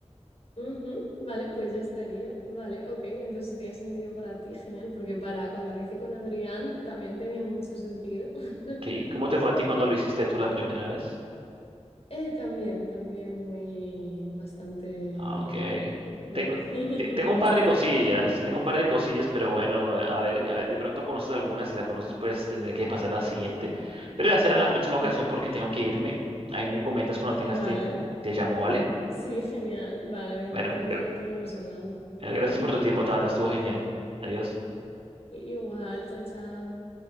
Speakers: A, on the left; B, on the right.
A: ujú. Vale, pues ya estaría. Vale, ok. Entonces, si tiene sentido para ti, genial, porque para cuando lo hice con Adrián también tenía mucho sentido. <laughs>
B: ¿Qué- ¿Cómo te fue a ti cuando lo hiciste tú la primera vez?
A: Eh, también, también muy bastante,
B: Ah, Mm. ok.
A: ba-
B: Tengo,
A: <laughs>
B: te- tengo un
A: bastante
B: par de cosillas,
A: acertado.
B: tengo un par de cosillas, pero bueno, a ver, a ver, de pronto conoces algunas, si la conoces, pues tendré que pasar a la siguiente. Pero ya será en la próxima
A: Ujú.
B: ocasión porque tengo que irme. Ahí me comentas cuando tengas
A: Vale,
B: tiempo. Te llamo, ¿vale?
A: sí, genial. Vale, venga,
B: Bueno,
A: pues nada,
B: gra-
A: pues vamos hablando.
B: bueno, gracias
A: <laughs>
B: por tu tiempo, Tabata, estuvo genial. Adiós.
A: Igual, chao, chao.